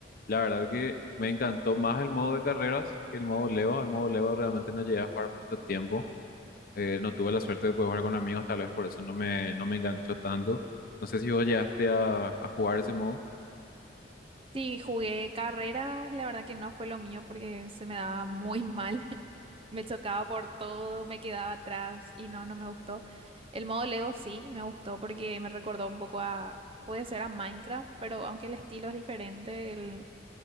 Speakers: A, on the left; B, on the right.
A: La verdad que me encantó más el modo de carreras que el modo Lego. El modo Lego realmente no llegué a jugar mucho tiempo Eh, no tuve la suerte de poder jugar con amigos, tal vez por eso no me, no me enganchó tanto. No sé si vos llegaste a, a jugar ese modo.
B: Sí, jugué carreras, la verdad que no fue lo mío porque se me daba muy mal. <laughs> Me chocaba por todo, me quedaba atrás y no, no me gustó. El modo Lego sí me gustó porque me recordó un poco a, puede ser a Minecraft, pero aunque el estilo es diferente, el,